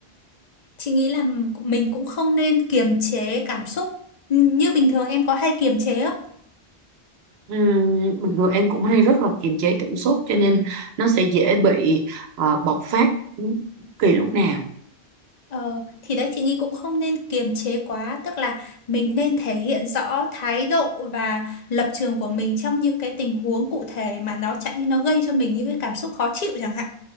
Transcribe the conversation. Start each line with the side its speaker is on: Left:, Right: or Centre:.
Left: Chị nghĩ là mình cũng không nên kiềm chế cảm xúc. N- Như bình thường em có hay kiềm chế á.
Right: Ừm, bình thường em cũng hay rất là kiềm chế cảm xúc cho nên nó sẽ dễ bị ờ, bộc phát bất kỳ lúc nào.
Left: Ờ, thì đấy chị nghĩ cũng không nên kiềm chế quá, tức là mình nên thể hiện rõ thái độ và lập trường của mình trong những cái tình huống cụ thể mà nó chẳng như nó gây cho mình những cái cảm xúc khó chịu chẳng hạn.